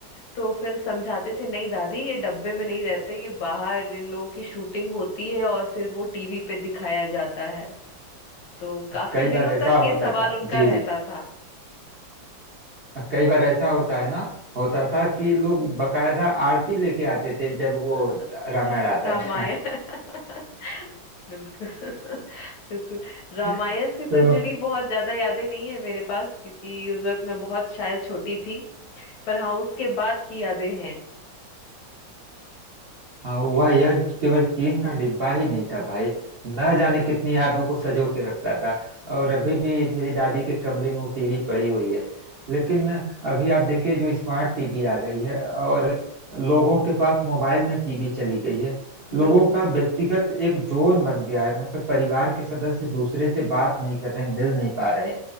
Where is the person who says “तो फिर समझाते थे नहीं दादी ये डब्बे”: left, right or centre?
Left